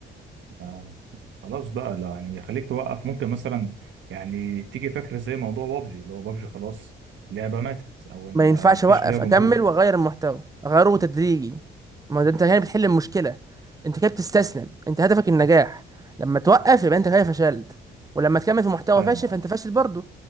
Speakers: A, on the right; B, on the right.
A: آه. خلاص بقى لا يعني يخليك توقف ممكن مثلا يعني تيجي فكرة زي موضوع بابجي اللي هو بابجي خلاص لعبة ماتت او ان
B: ما ينفعش
A: مفيش
B: اوقف
A: ليها جمهور
B: اكمل واغير المحتوى اغيره تدريجي ما ده انت هنا بتحل المشكله انت كده بتستسلم انت هدفك النجاح لما توقف يبقى انت كده فشلت ولما تكمل في محتوى
A: فاهم
B: فاشل
A: اه
B: فانت فاشل برضه